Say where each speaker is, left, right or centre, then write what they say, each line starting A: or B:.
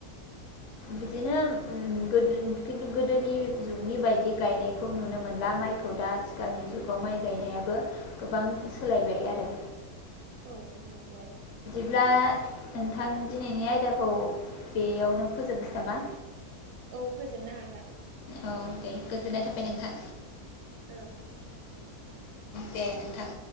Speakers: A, on the left (about 65°); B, on the right (about 85°).
A: बिदिनो गोदो खिन्थु गोदोनि जुगनि बायदि गायनायखौ नुनो मोनला मायखौ दा आथिखालनि जुगाव माय गायनायाबो गोबां सोलायबाय आरो।
B: औ नंगौ
A: अब्ला नोंथां दिनैनि आयदाखौ बेयावनो फोजोबनोसै नामा।
B: औ फोजोबनो हागोन
A: औ दे गोजोननाय थाबाय नोंथां
B: औ
A: दे नोंथां